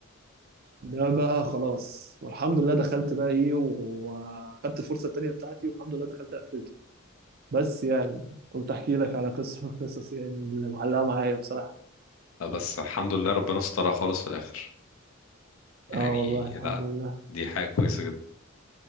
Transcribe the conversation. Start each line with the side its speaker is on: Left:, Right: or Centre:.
Right: ده بقى خلاص والحمد لله دخلت بقى ايه وخدت الفرصه التانيه بتاعتي والحمد لله دخلت قفلته بس يعني قلت احكي لك على قصه من القصص يعني اللي معلقه معايا بصراحه
Left: آه، بس الحمد لله ربنا سترها خالص في الاخر يعني
Right: اه والله
Left: لا
Right: الحمد لله
Left: دي حاجه كويسه جدا